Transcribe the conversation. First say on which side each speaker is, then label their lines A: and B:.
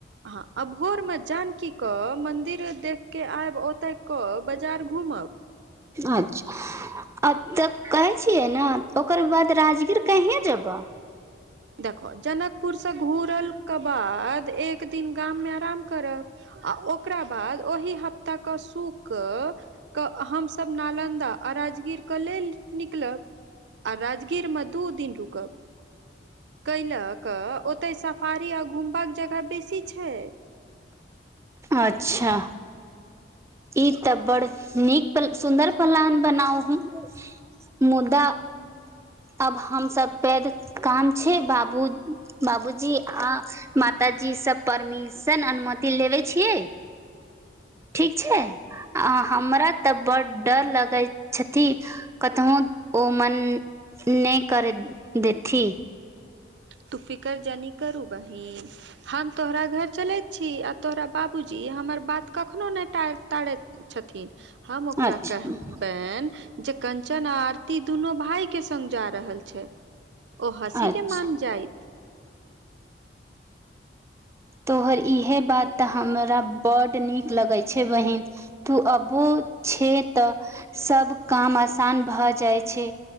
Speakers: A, on the right; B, on the right.
A: हँ आ भोरमे जानकी क मंदिरे देख के आयब ओ देख क बाजार घूमब।
B: अच्छा आब तऽ कहै छियै ने ओकर बाद राजगीर कहिय जेबह,
A: देखहो जनकपुरसँ घुरलके बाद एक दिन गाममे आराम करब आ ओकरा बाद ओही हफ्ताके सुक क हमसभ नालन्दा आ राजगीरके लेल निकलब। आ राजगीरमे दू दिन रुकब कयलक ओतय सफारी आ घूमबाक जगह बेसी छै।
B: अच्छा ई तऽ बड़ नीक सुन्दर पलान बनाउ हू, मुदा अब हमसब पैद काम छै बाबू- बाबूजी आ माताजी से परमिशन अनुमति लेबै छियै, ठीक छै आ हमरा तऽ बड्ड डर लगैत छथि कतहु ओ मन नहि करै देथि।
A: तूफिकरजनी करू बहिन, हम तोहरा घर चलैत छी आ तोहरा बाबूजी हमर बात कखनो नहि टैर- टारैत छथिन हम ओकरा
B: अच्छा
A: कहबनि जे कंचन आ आरती दुनू भाय के संग जा रहल छै ओ हँसी
B: अच्छा
A: के मान जाइ <unintelligible>
B: तोहर इएहे बात तऽ हमरा बड्ड नीक लगै छै बहिन, तु अबो छै तऽ सब काम आसान भऽ जाइ छै।